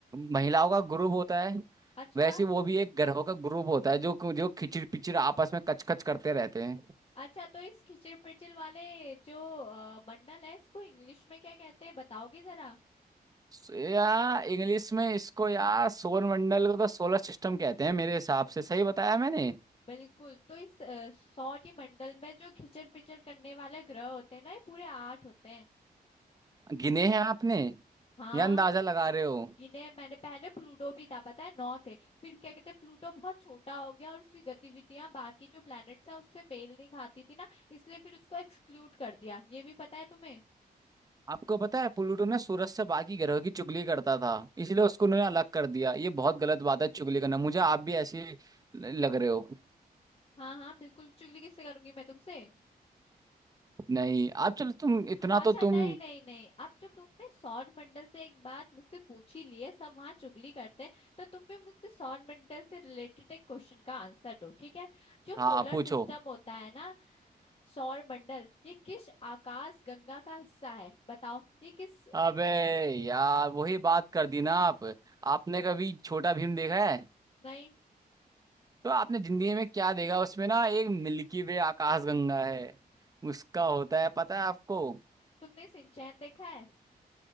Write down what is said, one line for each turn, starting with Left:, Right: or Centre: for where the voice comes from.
Right: महिलाओं का ग्रुप होता है
Left: अच्छा
Right: वैसे वो भी एक ग्रहों का ग्रुप होता है जो जो खिचड़ पिचड़ आपस में कचकच करते रहते हैं
Left: अच्छा तो इस खिचड़ पिचड़ वाले जो अ, मंडल है इसको इंग्लिश में क्या कहते हैं बताओगे जरा
Right: सो यार इंग्लिश में इसको यार सौर मंडल को तो सोलर सिस्टम कहते हैं मेरे हिसाब से सही बताया मैंने
Left: बिल्कुल तो इस अ, सौर मंडल में जो खिचड़ पिचड़ करने वाले ग्रह होते हैं ना ये पूरे आठ होते हैं
Right: गिने हैं आपने
Left: हाँ
Right: या अंदाजा लगा रहे हो
Left: इन्हें मैंने पहले प्लूटो भी था पता है नौ थे फिर क्या कहते हैं प्लूटो बहुत छोटा हो गया और उसकी गतिविधियां बाकी जो प्लैनेट्स हैं उससे मेल नहीं खाती थी ना इसलिए फिर उसको एक्सक्लूड कर दिया ये भी पता है तुम्हें
Right: आपको पता है प्लूटो ने सूरज से बाकी ग्रहों की चुगली करता था इसलिए उसको उन्होंने अलग कर दिया ये बहुत गलत बात है चुगली करना मुझे आप भी ऐसे लग रहे हो
Left: हाँ हाँ बिल्कुल चुगली किससे करूंगी मैं तुमसे
Right: नहीं आप चलो तुम
Left: अच्छा
Right: इतना तो
Left: नहीं
Right: तुम
Left: नहीं नहीं अब जब तुमने सौर मंडल से एक बात मुझसे पूछी ली है सब वहां चुगली करते हैं तो तुम भी मुझसे सौर मंडल से रिलेटेड एक क्वेश्चन का आंसर दो ठीक है जो
Right: हाँ
Left: सोलर
Right: पूछो
Left: सिस्टम होता है ना सौर मंडल ये किस आकाश गंगा का हिस्सा है बताओ ये किस
Right: अबे यार वही बात कर दी ना आप आपने कभी छोटा भीम देखा है
Left: नहीं
Right: तो आपने जिंदगी में क्या देखा उसमें ना एक मिल्की वे आकाशगंगा है उसका होता है पता है आपको
Left: तुमने सिंचैन देखा है